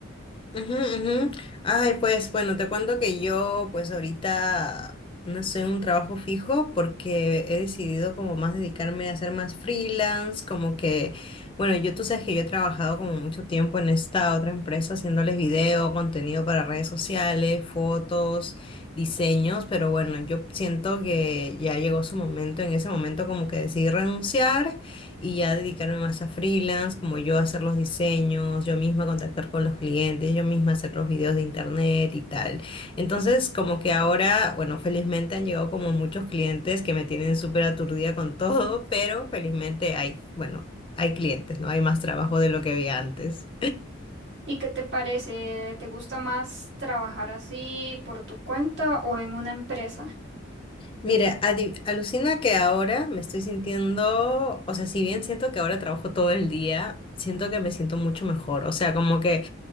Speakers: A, on the left; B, on the right.
A: Ujú, ujú. Ay, pues bueno, te cuento que yo pues ahorita no sé, un trabajo fijo porque he decidido como más dedicarme a hacer más freelance, como que, bueno, yo tú sabes que yo he trabajado como mucho tiempo en esta otra empresa haciéndoles video, contenido para redes sociales, fotos, diseños, pero bueno, yo siento que ya llegó su momento, en ese momento como que decidí renunciar y ya dedicarme más a freelance, como yo hacer los diseños, yo misma contactar con los clientes, yo misma hacer los videos de internet y tal. Entonces, como que ahora, bueno, felizmente han llegado como muchos clientes que me tienen súper aturdida con todo, <laughs> pero felizmente hay, bueno, hay clientes, ¿no? Hay más trabajo de lo que había antes.
B: ¿Y qué te parece? ¿Te gusta más trabajar así por tu cuenta o en una empresa?
A: Mira, adi- alucina que ahora me estoy sintiendo, o sea, si bien siento que ahora trabajo todo el día, siento que me siento mucho mejor, o sea, como que